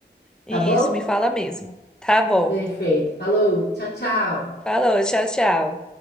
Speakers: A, in the centre; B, on the left.
A: Isso,
B: tá bom?
A: me fala mesmo. Tá bom.
B: Perfeito. Falou, tchau, tchau.
A: Falou, tchau, tchau.